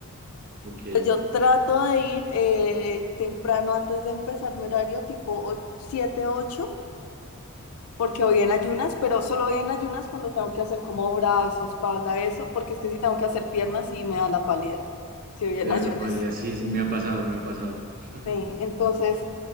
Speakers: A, on the right; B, on the left.
A: Ok,
B: pues yo trato de ir eh, temprano antes de empezar mi horario, tipo o- 7, 8, porque voy en ayunas, pero solo voy en ayunas cuando tengo que hacer como brazo, espalda, eso, porque es que si tengo que hacer piernas sí me da la pálida, si voy
A: te
B: en
A: da
B: ayunas.
A: la pálida. Sí,
B: <laughs>
A: sí, me ha pasado, me ha pasado. <laughs>
B: Sí, entonces